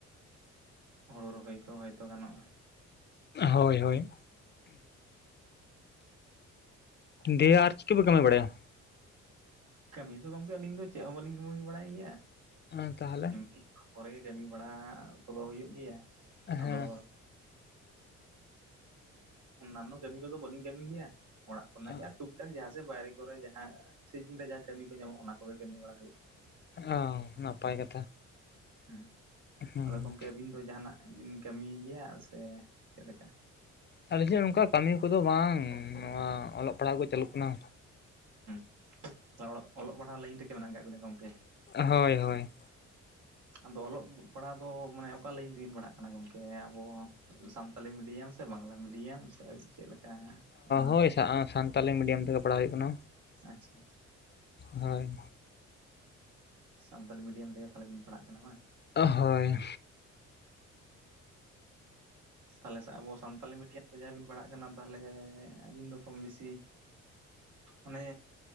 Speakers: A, on the right; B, on the left.
A: ᱦᱩᱲᱩ ᱨᱚᱦᱚᱭ ᱠᱚ ᱦᱳᱭᱛᱚ ᱜᱟᱱᱚᱜᱼᱟ᱾
B: ᱦᱳᱭ ᱦᱳᱭ᱾ ᱫᱤᱭᱮ ᱟᱨ ᱪᱤᱫ ᱠᱚ ᱯᱮ ᱠᱟᱹᱢᱤ ᱵᱟᱲᱟᱭᱟ᱾
A: ᱠᱟᱹᱢᱤ ᱫᱚ ᱜᱚᱝᱠᱮ ᱟᱹᱞᱤᱧ ᱫᱚ ᱪᱮᱫ ᱦᱚᱸ ᱵᱟᱹᱞᱤᱧ ᱠᱟᱹᱢᱤ ᱵᱟᱲᱟᱭ ᱜᱮᱭᱟ᱾
B: ᱦᱮᱸ ᱛᱟᱦᱞᱮ
A: ᱮᱢᱱᱤ ᱚᱲᱟᱜ ᱠᱚᱨᱮᱜᱮ ᱠᱟᱹᱢᱤ ᱵᱟᱲᱟ ᱠᱚᱫᱚ ᱦᱩᱭᱩᱜ ᱜᱮᱭᱟ
B: ᱦᱮᱸ
A: ᱟᱫᱚ ᱚᱱᱱᱟᱱᱚ ᱠᱟᱹᱢᱤ ᱠᱚᱫᱚ ᱵᱟᱹᱞᱤᱧ ᱠᱟᱹᱢᱤ ᱜᱮᱭᱟ ᱚᱲᱟᱜ ᱠᱚᱨᱮᱱᱟᱜ
B: ᱚ
A: ᱜᱮ ᱟᱨ ᱴᱩᱠ ᱴᱟᱠ ᱡᱟᱦᱟᱸ ᱥᱮ ᱵᱟᱭᱨᱮ ᱠᱚᱨᱮ ᱡᱟᱦᱟᱸ ᱥᱤᱡᱤᱱ ᱨᱮ ᱡᱟᱦᱟᱸ ᱠᱟᱹᱢᱤ ᱠᱚ ᱧᱟᱢᱚᱜ-ᱟ ᱚᱱᱟ ᱠᱚᱜᱮ ᱠᱟᱹᱢᱤ ᱵᱟᱲᱟ ᱦᱩᱭᱩᱜ-ᱟ
B: ᱚ ᱱᱟᱯᱟᱭ ᱠᱟᱛᱷᱟ
A: ᱦᱩᱸ
B: ᱦᱮᱸ
A: ᱟᱫᱚ ᱜᱚᱢᱠᱮ ᱟᱹᱵᱤᱱ ᱫᱚ ᱡᱟᱦᱟᱱᱟᱜ ᱵᱤᱱ ᱠᱟᱹᱢᱤ ᱜᱮᱭᱟ ᱥᱮ ᱪᱮᱫ ᱞᱮᱠᱟ
B: ᱟᱞᱤᱧ ᱦᱚᱸ ᱱᱚᱝᱠᱟ ᱠᱟᱹᱢᱤ ᱠᱚᱫᱚ ᱵᱟᱝ ᱱᱚᱣᱟ ᱚᱞᱚᱜ-ᱯᱟᱲᱦᱟᱣ ᱠᱚ ᱪᱟᱹᱞᱩᱜ ᱠᱟᱱᱟ
A: ᱦᱩᱸ <unintelligible> ᱚᱞᱚᱜ ᱵᱟᱰᱷᱟᱜ ᱞᱟᱹᱭᱤᱱ ᱨᱮᱜᱮ ᱢᱮᱱᱟᱜ ᱟᱠᱟᱫ ᱵᱤᱱᱟ ᱜᱚᱝᱠᱮ
B: ᱦᱚᱭ ᱦᱚᱭ
A: ᱟᱫᱚ ᱚᱞᱚᱜ ᱯᱟᱲᱦᱟᱣ ᱫᱚ ᱢᱟᱱᱮ ᱚᱠᱟ ᱞᱟᱹᱭᱤᱱ ᱛᱮᱵᱤᱱ ᱯᱟᱲᱦᱟᱜ ᱠᱟᱱᱟ ᱜᱚᱢᱠᱮ ᱟᱵᱚ ᱥᱟᱱ ᱥᱟᱱᱛᱟᱞᱤ ᱢᱤᱰᱤᱭᱟᱢ ᱥᱮ ᱵᱟᱝᱞᱟ ᱢᱤᱰᱤᱭᱟᱢ ᱥᱮ ᱪᱮᱫ ᱞᱮᱠᱟ? ᱚᱱᱟ
B: ᱦᱳᱭ ᱥᱟᱱᱛᱟᱞᱤ ᱢᱤᱰᱤᱭᱟᱢ ᱛᱮᱜᱮ ᱯᱟᱲᱦᱟᱣ ᱦᱳᱭᱳᱜ ᱠᱟᱱᱟ᱾
A: ᱟᱪᱪᱷᱟ
B: ᱦᱚᱭ
A: ᱥᱟᱱᱛᱟᱞᱤ ᱢᱤᱰᱤᱭᱟᱢ ᱛᱮᱜᱮ ᱛᱟᱦᱞᱮ ᱵᱤᱱ ᱯᱟᱲᱦᱟᱜ ᱠᱟᱱᱟ ᱵᱟᱝ
B: ᱚᱦ-ᱦᱚᱭ
A: ᱛᱟᱦᱞᱮ ᱟᱵᱚ ᱥᱟᱱᱛᱟᱞᱤ ᱢᱤᱰᱤᱭᱟᱢ ᱛᱮ ᱡᱟᱦᱟᱸ ᱵᱤᱱ ᱯᱟᱲᱦᱟᱜ ᱠᱟᱱᱟ ᱛᱟᱦᱞᱮ ᱟᱹᱵᱤᱱ ᱫᱚ ᱠᱚᱢ ᱵᱤᱥᱤ ᱚᱱᱮ